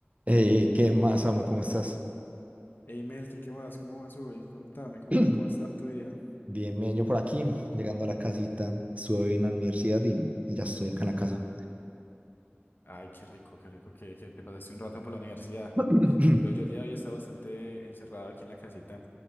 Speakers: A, on the right; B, on the left.
A: Ey, ¿qué más, amo? ¿Cómo estás?
B: Hey Melkin, ¿qué más? ¿Cómo vas hoy? Contame, ¿cómo,
A: <clears throat>
B: cómo está tu día?
A: Bien, bien, yo por aquí,
B: Sí.
A: llegando a la casita, estuve hoy en la universidad y, y ya estoy acá en la casa.
B: Ay, qué rico, qué rico que, que te pasaste un rato por la universidad.
A: <clears throat>
B: Yo, yo el día de hoy estaba bastante encerrado aquí en la casita